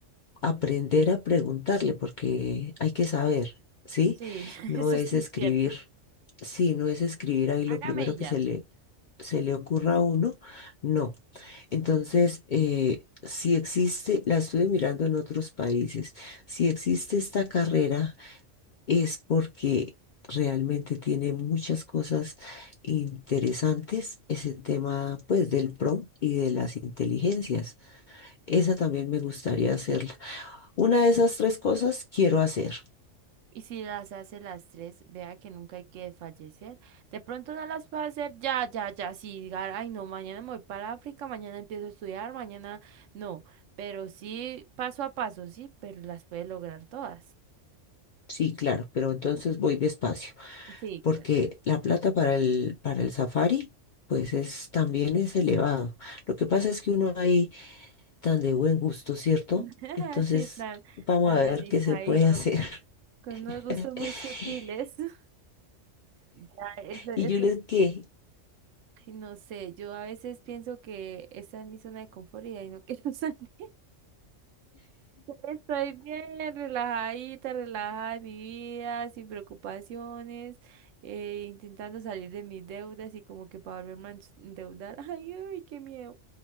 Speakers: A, on the right (about 80°); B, on the left (about 65°).
A: Claro.
B: aprender a preguntarle porque hay que saber, ¿sí?
A: Sí, <laughs>
B: No
A: eso
B: es
A: sí
B: escribir.
A: es cierto.
B: Sí, no es escribir ahí
A: Hágame
B: lo primero
A: y
B: que
A: ya.
B: se le, se le ocurra a uno, no. Entonces, eh, si existe, la estuve mirando en otros países, si existe esta carrera es porque realmente tiene muchas cosas interesantes, ese tema pues del PRO y de las inteligencias. Esa también me gustaría hacerla. Una de esas tres cosas quiero hacer.
A: Y si las hace las tres, vea que nunca hay que desfallecer. De pronto no las puede hacer ya, ya, ya. Si diga, ay, no, mañana me voy para África, mañana empiezo a estudiar, mañana no. Pero sí, paso a paso, sí, pero las puede lograr todas.
B: Sí, claro, pero entonces voy despacio,
A: Sí,
B: porque
A: claro.
B: la plata para el, para el safari, pues es, también es elevado. Lo que pasa es que uno ahí tan de buen gusto, ¿cierto?
A: <laughs>
B: Entonces,
A: Así tan,
B: vamos
A: tan
B: a ver
A: delicadito,
B: qué se puede hacer.
A: con
B: <laughs>
A: unos gustos muy sutiles. <laughs> Ya, eso, eso-
B: Y yo le ¿qué?
A: ay, no sé, yo a veces pienso que esa es mi zona de confort y ahí no <laughs> quiero salir. Estoy bien, relajadita, relajada de mi vida, sin preocupaciones, eh, intentando salir de mis deudas y como que para volverme a ens- endeudar. <laughs> Ay, ay, qué miedo.